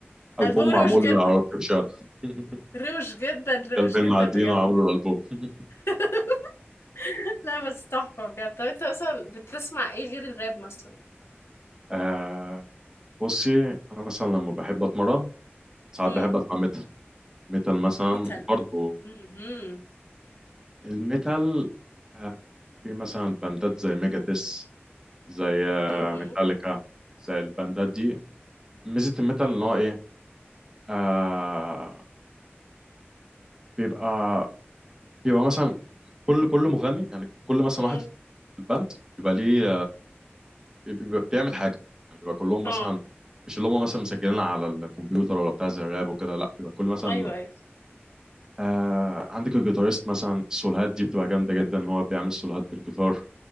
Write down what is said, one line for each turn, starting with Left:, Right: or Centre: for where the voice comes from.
Right: ألبوم
Left: ألبوم روش
Right: معمول
Left: جدا
Right: على روك شارع <laughs>
Left: روش جدا روش
Right: كلبين
Left: جدا
Right: معديين
Left: بجد
Right: وعملوا الألبوم <laughs>
Left: <laughs> لا بس تحفة بجد طب انت مثلا بتسمع ايه غير الراب مثلا؟
Right: آه بصي أنا مثلا لما بحب أتمرن ساعات
Left: امم
Right: بحب أسمع ميتال ميتال مثلا
Left: ميتال
Right: برضه
Left: امم
Right: الميتال آه في مثلا باندات زي ميجاتس زي آه
Left: امم
Right: ميتاليكا زي الباندات دي ميزة الميتال إن هو إيه آه بيبقى بيبقى مثلا كل كل مغني يعني كل مثلا
Left: امم
Right: واحد في الباند بيبقى ليه بيبقى بيعمل حاجه يعني بيبقى كلهم مثلا
Left: اه
Right: مش اللي هم مثلا مسجلين على الكمبيوتر ولا بتاع زي الراب وكده لا بيبقى كل مثلا
Left: ايوه ايوه
Right: آه عندك الجيتاريست مثلا السولوهات دي بتبقى جامده جدا ان هو بيعمل سولوهات بالجيتار